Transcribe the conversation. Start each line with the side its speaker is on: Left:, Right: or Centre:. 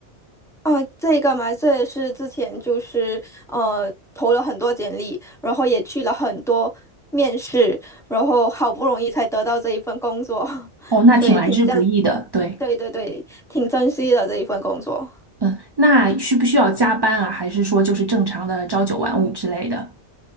Centre: 哦，这个嘛，这也是之前就是呃投了很多简历，然后也去了很多面试，然后好不容易才得到这一份工作，<laughs>
Right: 哦，那挺来之不易的。
Centre: 所以挺赞
Right: 对，
Centre: 对对对，挺珍惜的这一份工作。
Right: 嗯，那需不需要加班啊？还是说就是正常的朝九晚五之类的？